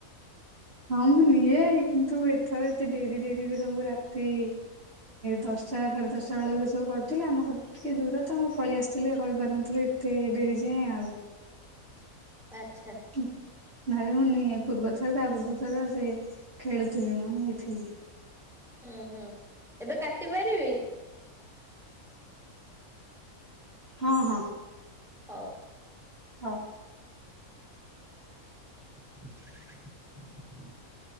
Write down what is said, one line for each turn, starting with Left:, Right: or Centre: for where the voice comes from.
Right: ହଁ ମୁଁ ନିଏ କିନ୍ତୁ ଏଥର ଏତେ ଡେରି ଡେରିରେ ସବୁ ରାତି ଦଶଟା ସାଢ଼େ ଦଶଟା ବେଳେ ବି ସବୁ କରୁଥିଲେ ଆମ ଘର ଟିକେ ଦୂର ତ ମୁଁ ପଳେଇ ଆସିଥିଲି ରହିିପାରି ନଥିଲି ଏତେ ଡେରି ଯାଏଁ ଆଉ
Centre: ଆଚ୍ଛା।
Right: ନହେଲେ ମୁଁ ନିଏ ପୂର୍ବ ଥର ତା ପୂର୍ବ ଥର ସେ ଖେଳୁଥିଲେ ମୁଁ ନେଇଥିଲି।
Centre: ଉୁଁ ହୁଁ ଏବେ କାଟି ପାରିବି?
Right: ହଁ ହଁ।
Centre: ହଉ।
Right: ହଁ।
Centre: <inaudible>